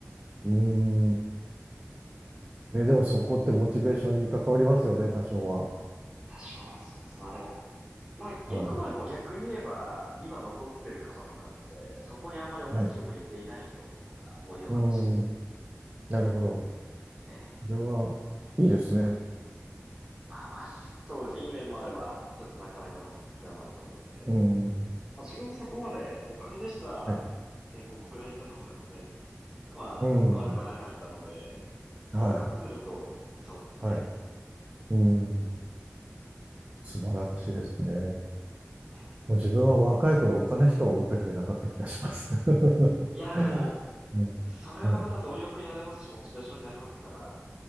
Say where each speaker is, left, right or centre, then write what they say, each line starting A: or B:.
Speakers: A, on the right (about 35°); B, on the right (about 15°).
A: うーん。え、でもそこってモチベーションに関わりますよね、多少は。
B: 多少はそうです。まあでも、まあ、
A: はい。
B: よくも悪くも逆に言えば、今残ってる方とかって、そこにあんまり重きを置いていない人の方が多いのかもしれない。
A: はい。うーん。なるほど。
B: ええ。
A: それは、いいですね。
B: まあまあ、そうですね。いい面もあれば、ちょっとなかなかな側面もあると思いますけれども。
A: うーん。
B: まあ、自分もそこまで、お金でしたら、
A: はい。
B: ね、広告代理店の方が全然、まあ、
A: うーん。
B: 悪くはなかったので、それを考えると、
A: はい。
B: そうですね。
A: はい。
B: ええ
A: うーん。素晴らしいですね。
B: いや、
A: もう自分は若い頃お金しか追いかけてなかった気がします。<laughs>
B: いやでも、
A: うん
B: それはまた貪欲になれますし、
A: はい。
B: モチベーションになりますから、